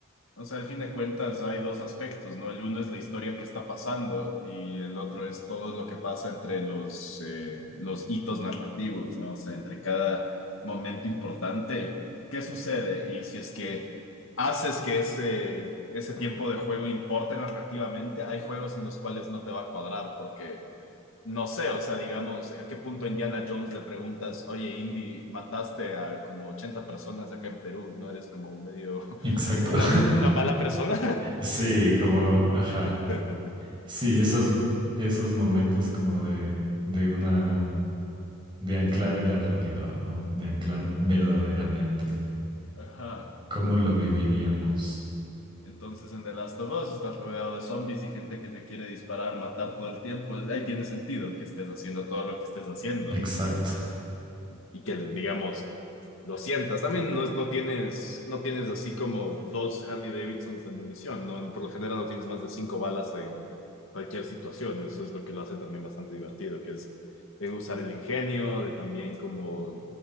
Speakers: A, on the left (about 65°); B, on the right (about 25°).
A: o sea, al fin de cuentas hay dos aspectos, ¿no? El uno es la historia que está pasando y el otro es todo lo que pasa entre los, eh, los hitos narrativos, ¿no? O sea, entre cada momento importante, ¿qué sucede? Y si es que haces que ese, ese tiempo de juego importe narrativamente, hay juegos en los cuales no te va a cuadrar porque no sé, o sea, digamos, ¿a qué punto Indiana Jones le preguntas, oye, Indy, mataste a como 80 personas acá en Perú, ¿no eres como medio
B: Exacto.
A: <laughs> una,
B: <laughs>
A: una mala persona?
B: Sí, como, ajá.
A: <laughs>
B: Sí, esos, esos momentos como de, de una, de anclar en la realidad, ¿no? De anclar verdaderamente.
A: Ajá.
B: ¿Cómo lo viviríamos?
A: Entonces en The Last of Us estás rodeado de zombies y gente que te quiere disparar, matar todo el tiempo. Ahí tiene sentido que estés haciendo todo lo que estés haciendo.
B: Exacto,
A: y que, digamos, lo sientas. También no, es- no tienes, no tienes así como dos Harley Davidsons de munición, ¿no? Por lo general no tienes más de cinco balas en cualquier situación. Eso es lo que lo hace también bastante divertido, que es de usar el ingenio, de también como